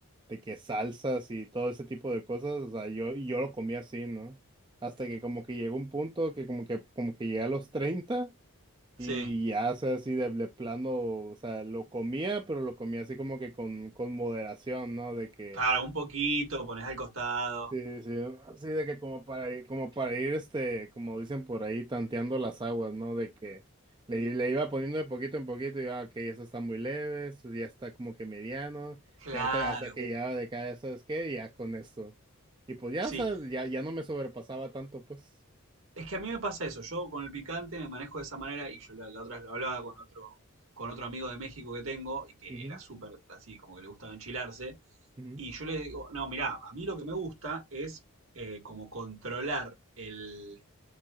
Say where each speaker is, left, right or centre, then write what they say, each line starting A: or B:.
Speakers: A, on the right; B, on the right.
A: de que salsas y todo ese tipo de cosas. O sea, yo, y yo lo comía así, ¿no? Hasta que como que llegó un punto que como que, como que llegué a los 30 y
B: Sí.
A: ya, o sea, así de, de plano, o sea, lo comía, pero lo comía así como que con, con moderación, ¿no? De que...
B: Claro, un poquito, pones al costado.
A: Sí, sí, así de que como para ir, como para ir, este, como dicen por ahí, tanteando las aguas, ¿no? De que le, le iba poniendo de poquito en poquito y iba, ok, eso está muy leve, esto ya está como que mediano,
B: Claro,
A: y hasta, hasta que
B: bu-
A: llegaba de cada, ¿sabes qué? y Ya con esto. Y pues ya,
B: sí.
A: o sea, ya, ya no me sobrepasaba tanto, pues.
B: Es que a mí me pasa eso. Yo con el picante me manejo de esa manera y yo la, la otra vez lo hablaba con otro, con otro amigo de México que tengo y que
A: Ujú,
B: era súper así, como que le gustaba enchilarse.
A: ujú,
B: Y yo le digo, no, mirá, a mí lo que me gusta es eh, como controlar el,